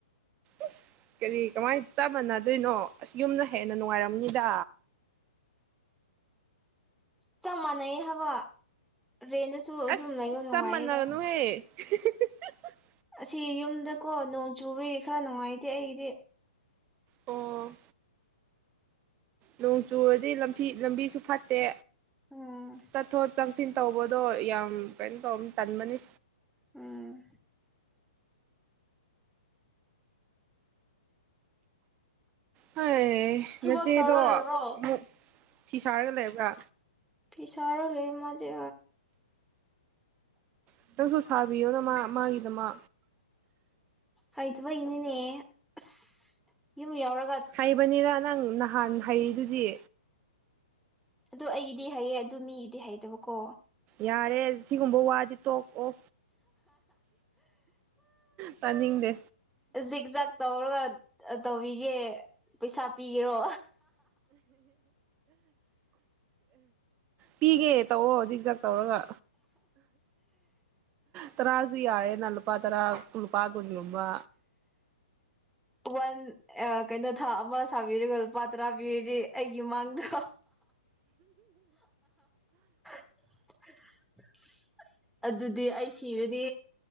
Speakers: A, on the right; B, in the centre.
A: ꯑꯁ ꯀꯔꯤ ꯀꯃꯥꯏꯅ ꯇꯥꯕꯅꯗꯣꯏꯅꯣ ꯑꯁ ꯌꯨꯝꯅ ꯍꯦꯟꯅ ꯅꯨꯡꯉꯥꯏꯔꯝꯅꯤꯗ
B: ꯆꯃꯅꯩ ꯍꯥꯕ ꯔꯦꯟꯗꯁꯨ ꯑꯗꯨꯝ
A: ꯑꯁ
B: ꯂꯩꯔꯣ ꯅꯨꯡꯉꯥꯏꯌꯦꯗ
A: ꯆꯞ ꯃꯥꯟꯅꯒꯅꯨꯍꯦ <inaudible>
B: ꯑꯁꯤ ꯌꯨꯝꯗꯀꯣ ꯅꯣꯡ ꯆꯨꯕꯒꯤ ꯈꯔ ꯅꯨꯡꯉꯥꯏꯇꯦ ꯑꯩꯗꯤ
A: ꯑꯣ ꯅꯣꯡ ꯆꯨꯔꯗꯤ ꯂꯝꯕꯤꯁꯨ ꯐꯠꯇꯦ
B: ꯎꯝ
A: ꯇꯠꯊꯣꯠ ꯆꯪꯁꯤꯟ ꯇꯧꯕꯗꯣ ꯌꯥꯝ ꯀꯩꯅꯣ ꯇꯧꯕ ꯇꯟꯕꯅꯤ
B: ꯎꯝ
A: ꯍ
B: ꯊꯕꯛ
A: ꯅꯆꯦꯗꯣ
B: ꯇꯧꯔ ꯂꯩꯕ꯭ꯔꯣ
A: ꯑꯃꯨꯛ ꯐꯤꯁꯔꯒ ꯂꯩꯔꯕ꯭ꯔꯥ
B: ꯄꯤꯁ ꯂꯩ ꯃꯖꯦ
A: ꯈꯤꯇꯪꯁꯨ ꯁꯥꯕꯤꯌꯣꯅ ꯃꯥ ꯃꯥꯒꯤꯗ ꯃꯥ
B: ꯍꯩꯗꯕꯒꯤꯅꯤꯅꯦ ꯑꯁ ꯌꯨꯝ ꯌꯥꯎꯔ
A: ꯍꯩꯕꯅꯤꯗ ꯅꯪ ꯅꯍꯥꯟ ꯍꯩꯔꯤꯗꯨꯗꯤ
B: ꯑꯗꯨ ꯑꯩꯒꯤꯗꯤ ꯍꯥꯏꯌꯦ ꯑꯗꯨ ꯃꯤꯒꯤꯗꯤ ꯍꯩꯇꯕꯀꯣ
A: ꯌꯥꯔꯦ ꯁꯤꯒꯨꯝꯕ ꯋꯥꯗꯤ ꯇꯣꯛ ꯑꯣ ꯄꯅꯤꯡꯗꯦ
B: ꯖꯤꯛ ꯖꯥꯛ ꯇꯧꯔꯒ ꯇꯧꯕꯤꯒꯦ ꯄꯩꯁꯥ ꯄꯤꯒꯦꯔꯣ
A: ꯄꯤꯒꯦ ꯇꯑꯣꯣ ꯍꯧ ꯇꯧꯔꯒ ꯇꯔꯥꯁꯨ ꯌꯥꯔꯦꯅ ꯄꯥ ꯇꯔ ꯎ ꯄꯨꯄꯥ ꯈꯨ ꯔꯝꯕ
B: ꯋꯥꯟ ꯀꯩꯅꯣ ꯊꯥ ꯑꯃ ꯁꯥꯕꯤꯔꯒ ꯂꯨꯄꯥ ꯇꯔꯥ ꯄꯤꯔꯤꯗꯤ ꯑꯩ ꯏꯃꯒ <inaudible> ꯑꯗꯨꯗꯤ ꯑꯩ ꯁꯤꯔꯗꯤ